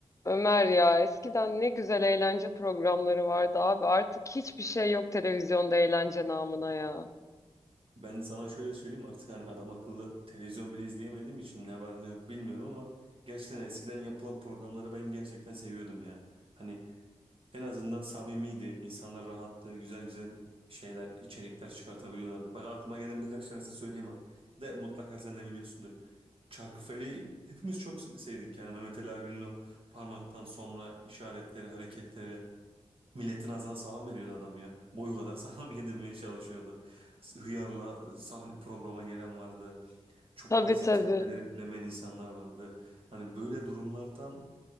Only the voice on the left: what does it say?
Ömer ya eskiden ne güzel eğlence programları vardı abi. Artık hiçbir şey yok televizyonda eğlence namına ya.
Tabii
tabii.